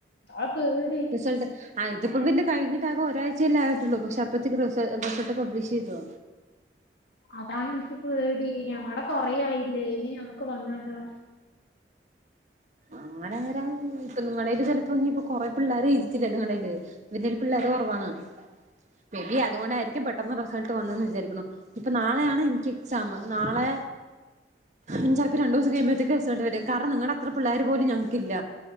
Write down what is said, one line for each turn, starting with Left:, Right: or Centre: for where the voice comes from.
Left: അപ്പൊ ഓര്
Right: റിസൾട്ട് ആഹ് ഇത്‌പ്പൊ പിന്നെ കഴിഞ്ഞിട്ട് ആകെ ഒരാഴ്ചയല്ലേ ആയിട്ടൊള്ളൂ പക്ഷെ അപ്പഴ്ത്തേക്ക്‌ റിസ റിസൾട്ട് പബ്ലിഷ് ചെയ്തോ
Left: അതാണ് ഇൻക്ക് പേടി ഞങ്ങടെ കൊറയായില്ലേ ഇഞ് ഇനി ഞങ്ങക്ക് വന്നാലോ
Right: അങ്ങനെ വരാൻ ഇപ്പൊ നിങ്ങടേല് ചെലപ്പം ഇഞ് ഇപ്പൊ കൊറേ പിള്ളാര് എഴുതിറ്റ്ല്ലല്ലോ നിങ്ങടേല് ഇവര്ടേല് പിള്ളാര് കൊറവാണ് മേ ബി അതുകൊണ്ടായിരിക്കും പെട്ടെന്ന് റിസൾട്ട് വന്ന്ന്ന് വിചാരിക്ക്‌ണു ഞ് ഇപ്പൊ നാളെയാണ് എനിക്ക് എക്സാമ് നാളെ ഇനി ചെലപ്പോ രണ്ടുസ സം കയ്യ്മ്പഴത്തേക്കും റിസൾട്ട് വരും കാരണം നിങ്ങടെ അത്ര പിള്ളാര് പോലും ഞങ്ങക്കില്ല.